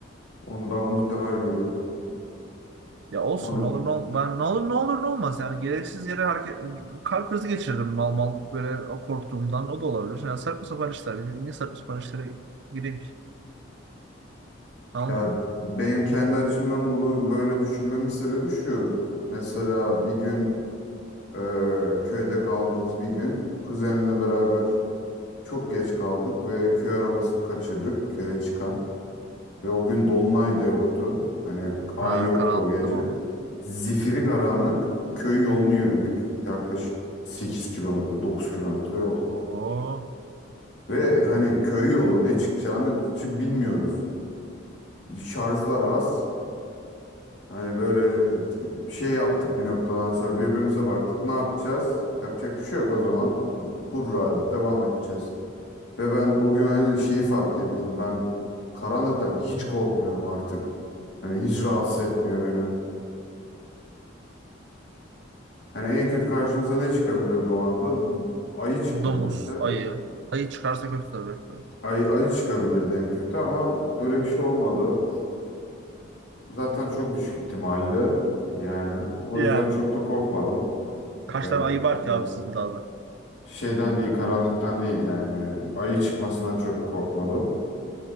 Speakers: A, on the left; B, on the right.
A: Onu daha muhtemel görüyorum.
B: Ya olsun
A: Onun,
B: ne olur ne olur ben ne olur ne olur ne olmaz yani gereksiz yere hareket kalp krizi geçiririm mal mal böyle o korktuğumdan o da olabilir. Yani saçma sapan işler niye saçma sapan işlere gireyim ki? Anladın
A: ya
B: mı?
A: benim kendi açımdan bunu böyle düşünmemin sebebi şu. Mesela bir gün e, köyde kaldığımız bir gün kuzenimle beraber çok geç kaldık ve köy arabasını kaçırdık köye çıkan. Ve o gün dolunay da yoktu. Hani ay
B: Ha
A: yoktu
B: karanlık
A: o gece.
B: tamamı.
A: Zifiri karanlık köy yolunu yürüdük. Yaklaşık 8 kilometre, 9 kilometre yol.
B: Oo
A: Ve hani köy yolu ne çıkacağını çı- bilmiyoruz. Şarjlar az. Hani böyle şey yaptık bir noktadan sonra birbirimize baktık. Ne yapacağız? Yapacak bir şey yok o zaman. Hurra devam edeceğiz. Ve ben o gün hani şeyi fark ettim. Ben karanlıktan hiç korkmuyorum artık. Hani hiç rahatsız etmiyor beni. Yani en kötü karşımıza ne çıkabilirdi o anda? Ayı çıkabilirdi.
B: domuz ayı ayı çıkarsa kötü tabii. Evet.
A: ay ayı çıkabilirdi en kötü ama öyle bir şey olmadı. Zaten çok düşük ihtimalli. Yani o
B: Yani
A: yüzden çok da korkmadım.
B: kaç
A: Ben
B: tane ayı var
A: şeyden,
B: ki abi sizin dağda?
A: şeyden değil, karanlıktan değil yani ayı çıkmasından çok korkmadım.